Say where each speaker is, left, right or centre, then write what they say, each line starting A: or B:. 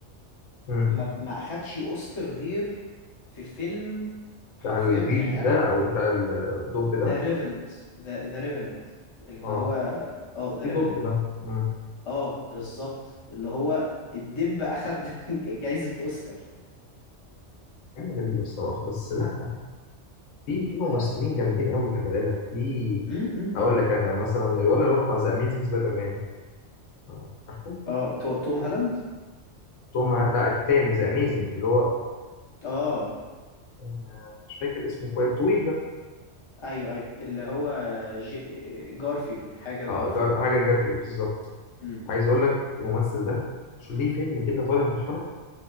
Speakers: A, on the left; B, on the left.
A: مم.
B: ما ما اخدش اوسكار غير في فيلم حرفيا
A: بتاع الديب
B: يعني
A: ده
B: انا
A: او بتاع الدب
B: ذا
A: ده
B: ريفننت ذا ذا ريفننت اللي
A: اه
B: هو اه ذا
A: في
B: ريفننت
A: دب ده مم.
B: اه بالظبط اللي هو الدب اخد <laughs> جايزة اوسكار
A: حاجه غريبه الصراحه بس لا في في ممثلين
B: اه
A: جامدين قوي خلي بالك في
B: م- م.
A: هقول لك انا مثلا الولد اللي هو بتاع ذا اميزنج سبايدر مان آه، عارفه
B: آه، تو- توم هالاند
A: توم ه- لا التاني ذا اميزنج اللي هو
B: اه
A: آه، مش فاكر اسمه كويس طويل ده
B: ايوه ايوه اللي هو جي... جارفيلد حاجة جارفيلد
A: اه جار حاجه جارفيل بالظبط
B: امم
A: عايز اقول لك الممثل ده شو ليه فيلم كده طالع في حرب